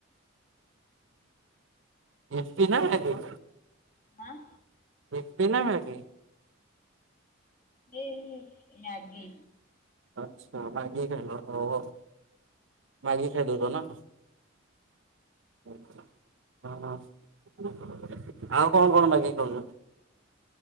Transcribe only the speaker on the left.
ଆଁ
ଏ ମ୍ୟାଗି।